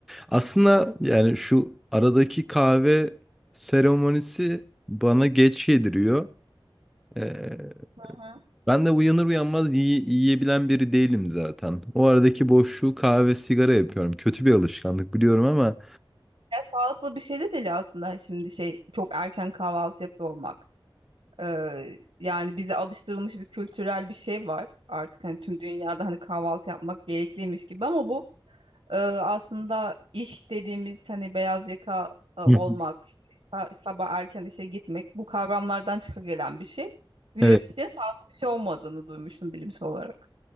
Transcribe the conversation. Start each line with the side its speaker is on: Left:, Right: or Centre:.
Centre: Aslında yani şu aradaki kahve seremonisi bana geç yediriyor. Ee,
Right: Hı hı.
Centre: ben de uyanır uyanmaz yiye- yiyebilen biri değilim zaten. O aradaki boşluğu kahve sigara yapıyorum. Kötü bir alışkanlık biliyorum ama
Right: Ya sağlıklı bir şey de değil aslında şimdi şey çok erken kahvaltı yapıyor olmak. Ee, yani bize alıştırılmış bir kültürel bir şey var. Artık hani tüm dünyada hani kahvaltı yapmak gerekliymiş gibi ama bu e, aslında iş dediğimiz hani beyaz yaka e, olmak,
Centre: Hı hı.
Right: işte sa- sabah erken işe gitmek bu kavramlardan çıka gelen bir şey. Vücut
Centre: evet.
Right: için sağlıklı bir şey olmadığını duymuştum bilimsel olarak.